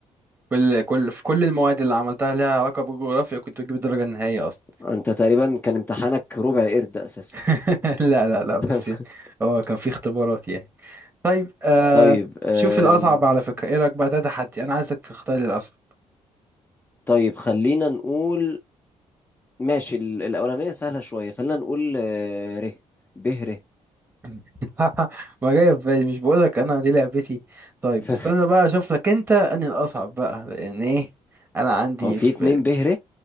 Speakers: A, on the right; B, on the left.
A: كل كل في كل المواد اللي عملتها ليها علاقه بالجغرافيا كنت بجيب الدرجه النهائيه اصلا
B: انت تقريبا كان امتحانك ربع قرد اساسا
A: <laughs> لا لا لا بس
B: <laughs>
A: يعني اه كان في اختبارات يعني طيب آه
B: طيب أم،
A: شوف الاصعب على فكره ايه رايك بقى ده تحدي انا عايزك تختار الاصعب
B: طيب خلينا نقول ماشي ال- الأولانية سهلة شوية خلينا نقول آه، ر ب ر
A: <laughs> ما جاي في بالي مش بقولك انا دي لعبتي طيب
B: <laughs>
A: استنى بقى اشوف لك انت اني الاصعب بقى لان ايه انا عندي
B: هو في
A: في
B: اتنين
A: بالي
B: ب ر